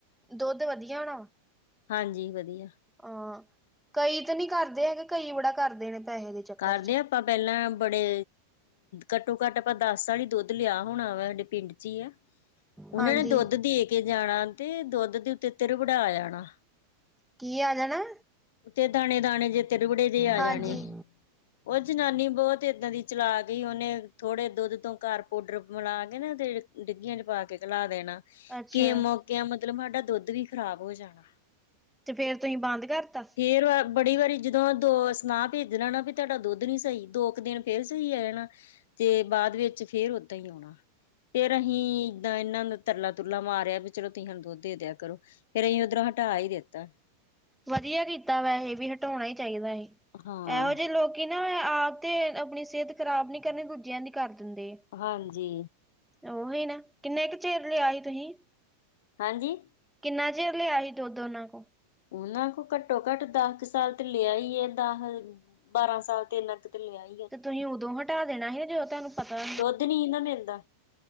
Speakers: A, in the centre; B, on the left.
A: ਦੋੱਦ ਵਦੀਆ ਹੋਣਾ ਵਾ।
B: ਹਾਂਜੀ, ਵਦੀਆ।
A: ਅ ਕਈ ਤੇ ਨੀ ਕਾਰਦੇ ਹੈਗੇ ਕਈ ਬੜਾ ਕਾਰਦੇ ਣੇ ਪੈਹੇ ਦੇ। ਚੱਕਰ
B: ਕਾਰਦੇ
A: ਚ
B: ਆਂ ਆਪਾਂ ਪੈਲਾਂ ਬੜੇ, ਘੱਟੋ-ਘੱਟ ਆਪਾਂ ਦਾਸ ਸਾਲ ਈ ਦੁੱਦ ਲੇਆ। ਹੁਣ ਵਾ ਹਾਡੇ ਪਿੰਡ ਚੀ ਆ ਓਨਾਂ
A: ਹਾਂਜੀ
B: ਨੇ ਦੋਦ ਦੇ ਕੇ ਜਾਣਾ ਤੇ ਦੋੱਦ ਤੇ ਤੇਤੱਰ ਵੜਾ ਜਾਣਾ।
A: ਕੀ ਆ ਜਾਣਾ?
B: ਉੱਤੇ ਦਾਣੇ-ਦਾਣੇ ਜੇ ਤਿਰਵੜੇ ਜੇ ਆ
A: ਹਾਂਜੀ
B: ਜਾਣੇ। ਓ ਜਨਾਨੀ ਬੋਤ ਏਦਾਂ ਦੀ ਚਲਾ ਹੀ ਓਨੇ ਥੋੜੇ ਦੁੱਦ ਤੋਂ ਘਾਰ ਪੋਡਰ ਮਲਾ਼, ਕੇ ਨਾ ਤੇ ਡਿੱਗੀਆਂ ਚ ਪਾ ਕੇ ਘਲਾ ਦੇਣਾ,
A: ਅੱਛਾ
B: ਕੇ ਮੋਕੇਆਂ ਮਤਲਬ ਸਾਡਾ ਦੋੱਦ ਵੀ ਖ਼ਰਾਬ ਹੋ ਜਾਣਾ।
A: ਤੇ ਫੇਰ ਤੁਹੀਂ ਬਾੰਦ ਕਾਰਤਾ?
B: ਫੇਰ ਵ ਬੜੀ ਵਾਰੀ ਜਦੋਂ ਦੋਸ ਨਾ ਭੇਜਨਾ ਨਾ ਵੀ ਤਾਹਾਡਾ ਦੋੱਦ ਨੀ ਸਈ ਦੋ ਕੁ ਦੇਨ ਫੇਰ ਸਈ ਆ ਜਾਣਾ, ਤੇ ਬਾਦ ਵੇੱਚ ਫੇਰ ਓਦਾਂ ਈ ਆਓਣਾ। ਫੇਰ ਅਹੀਂ, ਏਦਾਂ ਏਨਾਂ ਨੂ ਤਰਲਾ-ਤੁਰਲਾ ਮਾਰੇਆ ਵੀ ਚਲੋ ਤੂਹੀਂ ਹੁਣ ਦੁੱਦ ਦੇ ਦੇਆ ਕਰੋ। ਫੇਰ ਅਹੀ ਓਦਰੋ ਹਟਾ ਈ ਦਿੱਤਾ।
A: ਵਦੀਆ ਕੀਤਾ ਵੈਹੇ ਵੀ ਹਟਾਉਣਾ ਈ ਚਾਈਦਾ ਹੀ,
B: ਹਾਂ
A: ਐਹੋ ਜੇ ਲੋਕ ਕਿਨਾ, ਆਪ ਤੇ ਆਪਣੀ ਸੇਤ ਖ਼ਰਾਬ ਨੀ ਕਰਨੀ ਦੂਜੇਆਂ ਦੀ ਕਾਰ ਦਿੰਦੇ ਆ।
B: ਹਾਂਜੀ।
A: ਉਹੀ ਨਾ, ਕਿੰਨੇ ਕ ਚਿਰ ਲਿਆ ਸੀ, ਤੁਸੀਂ?
B: ਹਾਂਜੀ
A: ਕਿੰਨਾ, ਚਿਰ ਲਿਆ ਸੀ, ਦੁੱਧ ਉਹਨਾਂ ਕੋ
B: ਉਹਨਾਂ ਕੋਲ, ਘੱਟੋ- ਘੱਟ ਦਸ ਕੁ, ਸਾਲ ਤੇ ਲਿਆ ਹੀ ਹੈ। ਦਸ ਬਾਰਾਂ ਸਾਲ, ਤੇ ਇੰਨਾ ਕੁ ਤੇ ਲਿਆ ਹੀ ਹੈ।
A: ਤੇ, ਤੁਸੀਂ ਉਦੋਂ ਹਟਾ ਦੇਣਾ ਸੀ ਨਾ, ਜਦੋਂ ਤੁਹਾਨੂੰ ਪਤਾ
B: ਦੁੱਧ ਨੀ ਨਾ ਮਿਲਦਾ